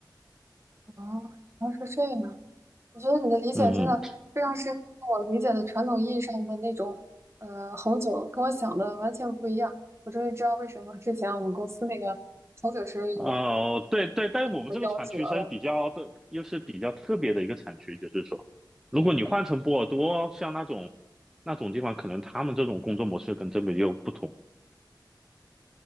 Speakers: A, on the right; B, in the centre.
A: 哦，原来是这样。我觉得你的理解真的非常适合我理解的传统意义上的那种呃红酒，
B: 嗯嗯。
A: 跟我想的完全不一样。我终于知道为什么之前我们公司那个红酒生意
B: 哦，对对，但我们这个产区算是比较的，
A: 我夭折了，
B: 又是比较特别的一个产区，就是说，如果你换成波尔多，像那种那种地方，可能他们这种工作模式跟这边又不同。